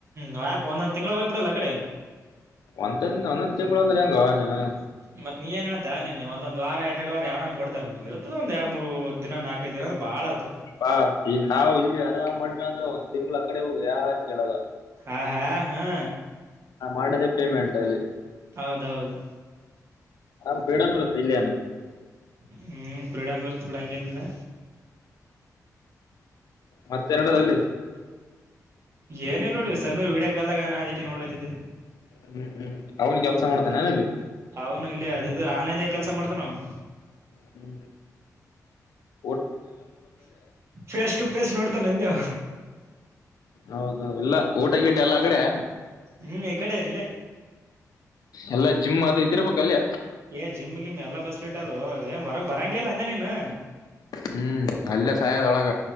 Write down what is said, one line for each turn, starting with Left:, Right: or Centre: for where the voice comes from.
Right: ಹು ಯಾಕ ಒಂದೊಂದ ತಿಂಗಳ ಹೋಗುಬಿಡಲ ಅಕಡೆ.
Left: ಒಂದಂದ ಒಂದೊಂದ್ ತಿಂಗಳು ಅಂದ್ರ ಹೆಂಗೋ ನೀ ಏನ್.
Right: ಮತ್ತ ನೀಏನ್ ಹೇಳ್ತಿ ನೀ ಒಂದ್ ವಾರ ಎರ ಎರಡ್ ವಾರಾ ಯಾವ ಕೊಡ್ತನ ನನ್ಗ ಇರತ್ತದ ಒಂದ ಎರಡ್ ಮೂರು ದಿನ ನಾಕು. ಕ ದಿನ ಅದ ಬಾಳ ಆತ.
Left: ಪಾ ಈ ನಾವು ಇಲ್ಲಿ ಆರಾಮ್ ಮಾಡದವಂದ್ರ ಒಂದ್ ತಿಂಗ್ಗಳ ಅಕಡೆ ಹೋಗ್ ಯಾರ್ ಕೇಳಲ್ಲಾ.
Right: ಹಾ ಹಾ ಹುಂ
Left: ನಾ ಮಾಡಿದೇ ಪೇಮೆಂಟ್ ಅಲ್ಲಿ
Right: ಹೌದೌದು
Left: ಆರಾಮ್ ಪ್ರೀಡಂಗ್ರುತ್ತೆ ಇಲ್ಲಿಯ ಏನು
Right: ಹುಂ ಫ್ರೀಡಂ ಇರುತ್ತ ಬಿಡ ಹಂಗೇನಿಲ್ಲಾ
Left: ಮತ್ತೆರಡು ಅಲ್ಲಿ
Right: ಏನಿಲ್ಲ ನೋಡಿ ಸಮೀರ್ ವಿಡಿಯೋ ಕಾಲದಾಗ ಆನ್ ಅದಕ್ಕೆ ನೋಡ್ಲಾತಿದ್ದೆ
Left: ಹ್ಮ್ ಹ್ಮ್ ಅವ್ನ್ ಕೆಲ್ಸ ಮಾಡ್ತಾನೆ ಅಲ್ಲಿ
Right: ಅವನು ಇಲ್ಲಿ ಅದ ಆನ್ಲೈನ್ ದಾಗ ಕೆಲಸ ಮಾಡತನಾ ಅವನು
Left: ಹುಂ ಹುಂ
Right: ಫೇಸ್ ಟು ಫೇಸ್ ನೋಡ್ತಾ ನಂದೆವಾ
Left: ಹೌದು ಹೌದ ಇಲ್ಲಾ ಊಟ ಗೀಟಾ ಎಲ್ಲಾ ಆಕಡೆ
Right: ಹುಂ ಇಕಡೆ ಇಲ್ಲಾ
Left: ಎಲ್ಲಾ ಜಿಮ್ ಆದ ಇದಿರ್ಬೇಕು ಅಲ್ಯ
Right: ಏ ಜಿಮ್ ಗಿಮ್ ಎಲ್ಲಾ ಫೆಸಲಿಟಿ ಅದು ಏನ್ ಹೊರಗ್ ಬರಂಗಿಲ್ಲ ಅಂದೆ ನೀನು
Left: ಹುಂ ಅಲ್ಲೇ ಸಾಯದೊಳಗ